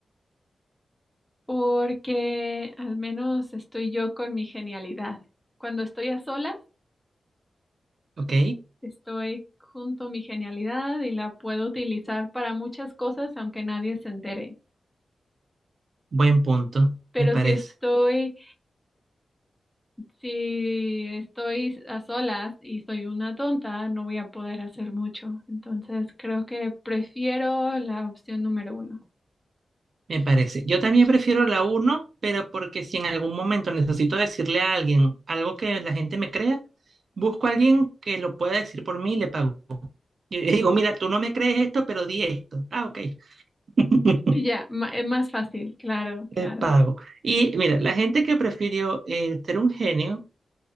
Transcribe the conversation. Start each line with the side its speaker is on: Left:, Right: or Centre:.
Centre: porque al menos estoy yo con mi genialidad. Cuando estoy a solas,
Right: ¿Ok?
Centre: estoy junto a mi genialidad y la puedo utilizar para muchas cosas aunque nadie se entere.
Right: Buen punto,
Centre: Pero
Right: me parece,
Centre: si estoy, si estoy a solas y soy una tonta, no voy a poder hacer mucho. Entonces creo que prefiero la opción número uno.
Right: me parece. Yo también prefiero la uno pero porque si en algún momento necesito decirle a alguien algo que la gente me crea, busco a alguien que lo pueda decir por mí y le pago. <laughs> Y y digo, mira, tú no me crees esto, pero di esto. Ah, ok. <laughs>
Centre: Y ya, ma- es más fácil, claro, claro.
Right: Le pago. Y mira, la gente que prefirió eh, ser un genio,